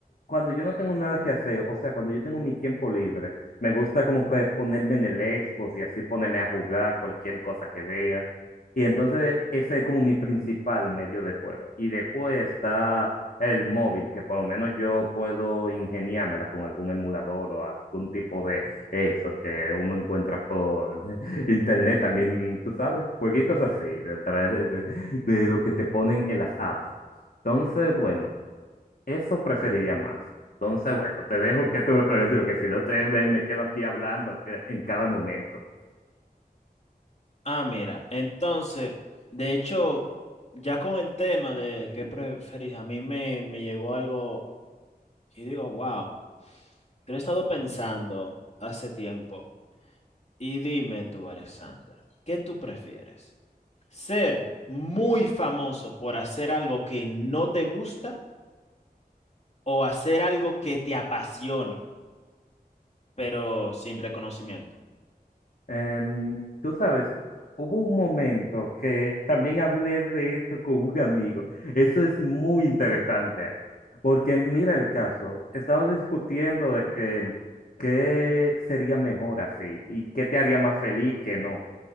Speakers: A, on the left; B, on the left.
A: cuando yo no tengo nada que hacer, o sea, cuando yo tengo mi tiempo libre, me gusta como que ponerme en el Xbox y así ponerme a jugar cualquier cosa que vea. Y entonces ese es como mi principal medio de juego. Y después está el móvil, que por lo menos yo puedo ingeniármela con algún emulador o algún tipo de eso que uno encuentra por <laughs> internet también, tú sabes, jueguitos así, de, tra- de, de- de lo que te ponen en las apps. Entonces, bueno, eso preferiría más. Entonces, bueno, te dejo que tú me preguntes, porque si no te, me, me quedo aquí hablando aquí en cada momento.
B: Ah, mira, entonces, de hecho, ya con el tema de qué preferís, a mí me, me llegó algo y digo, wow, que lo he estado pensando hace tiempo. Y dime tú, Alexander, ¿qué tú prefieres? ¿Ser muy famoso por hacer algo que no te gusta o hacer algo que te apasione, pero sin reconocimiento?
A: Em, tú sabes, hubo un momento que también hablé de esto con un amigo. Eso es muy interesante ahí. Porque mira el caso, estamos discutiendo de que qué sería mejor así y qué te haría más feliz que no.